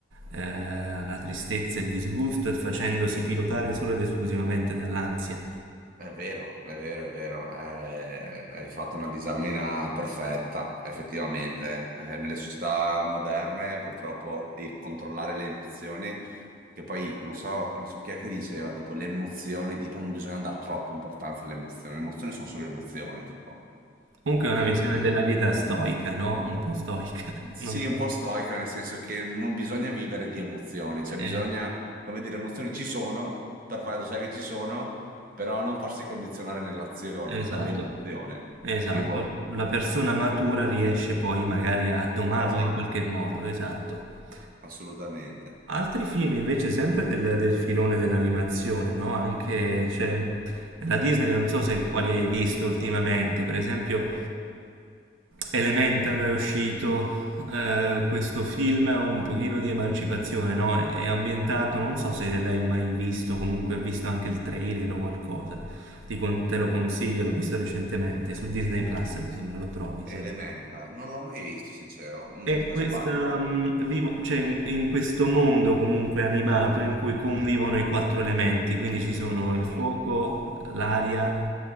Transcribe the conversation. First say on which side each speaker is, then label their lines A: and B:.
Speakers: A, on the right; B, on the right.
A: eh, la tristezza, e il disgusto e facendosi pilotare solo ed esclusivamente dall'ansia.
B: è vero, è vero, è vero, eh, hai fatto una disamina perfetta, effettivamente. Eh, nelle società moderne, purtroppo, il controllare le emozioni, che poi non so, non so chi è che diceva, tipo, le emozioni, tipo, non bisogna dare troppa importanza alle emozioni, le emozioni sono solo emozioni, tipo.
A: Comunque è
B: E-
A: una visione della vita stoica, no? Un po' stoica, <laughs>
B: Sì,
A: non so.
B: un po' stoica, nel senso che non bisogna vivere di emozioni, cioè
A: Eh,
B: bisogna, come dire, le emozioni ci sono, per fare sai che ci sono, però non farsi condizionare nell'azione,
A: Esatto,
B: dall'emozione.
A: esatto.
B: Tipo,
A: La persona matura riesce poi magari a domarla
B: esatto,
A: in qualche modo, esatto.
B: assolutamente.
A: Altri film invece sempre del, del filone dell'animazione, no? Anche c'è
B: Mhm.
A: nella Disney, non so se quali hai visto ultimamente, per esempio Elemental è uscito, eh, questo film è un pochino di emancipazione, no? È, è ambientato, non so se l'hai mai visto, comunque ho visto anche il trailer o qualcosa, Ti con- te lo consiglio, l'ho visto recentemente, su Disney Plus mi sembra lo trovi,
B: Elemental,
A: se...
B: non l'ho mai visto, sincero. Mm,
A: E
B: Di cosa
A: questa,
B: parla?
A: mm, vivo- cioè, in, in questo mondo comunque animato in cui convivono i quattro elementi, quindi ci sono il
B: Mhm,
A: fuoco, l'aria,